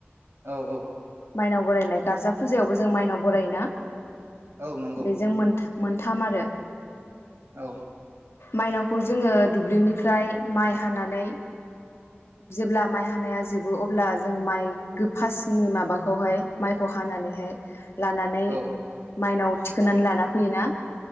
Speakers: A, on the right; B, on the left.
A: औ औ
B: माइनाव बरायनाय गारजा फुजायावबो जों माइनाव बरायोना
A: औ नंगौ
B: बेजों मोनथा मोनथाम आरो
A: औ
B: माइनावखौ जोङो दुब्लिनिफ्राय माइ हानानै जेब्ला माइ हानाया जोबो अब्ला जों माइ गोफासनि माबाखौहाय माइखौ हानानैहाय लानानै
A: औ
B: माइनाव थिखोननानै लाना फैयोना